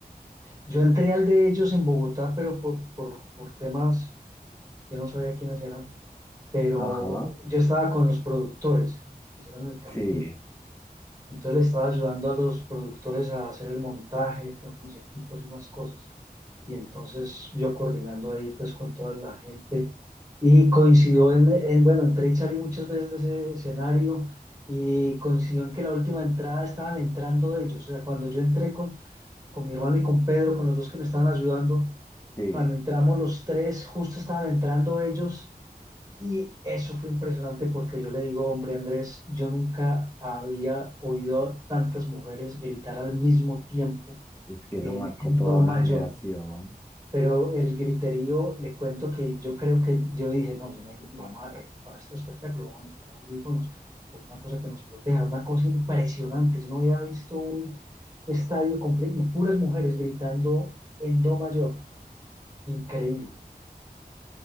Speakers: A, on the right; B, on the left.
A: Yo entré al de ellos en Bogotá, pero por, por, por temas, yo no sabía quiénes eran, pero
B: Ajá,
A: yo estaba con los productores, los que hicieron el
B: sí,
A: camping Entonces le estaba ayudando a los productores a hacer el montaje, con unos equipos y unas cosas. Y entonces yo coordinando ahí pues con toda la gente. Y coincidió en, en- bueno, entré y salí muchas veces de ese escenario y coincidió en que la última entrada estaban entrando ellos. O sea, cuando yo entré con, con mi hermano y con Pedro, con los dos que me estaban ayudando,
B: sí.
A: cuando entramos los tres, justo estaban entrando ellos y eso fue impresionante porque yo le digo, hombre, Andrés, yo nunca había oído a tantas mujeres gritar al mismo tiempo
B: Es que
A: en,
B: eso marcó
A: en
B: toda
A: do mayor.
B: una generación.
A: Pero el griterío, le cuento que yo creo que yo dije, no, yo ne- vamos a- eh, para este espectáculo vamos a necesitar audífonos o una cosa que nos proteja, una cosa impresionante. Yo no había visto un estadio completo y puras mujeres gritando en do mayor. Increíble.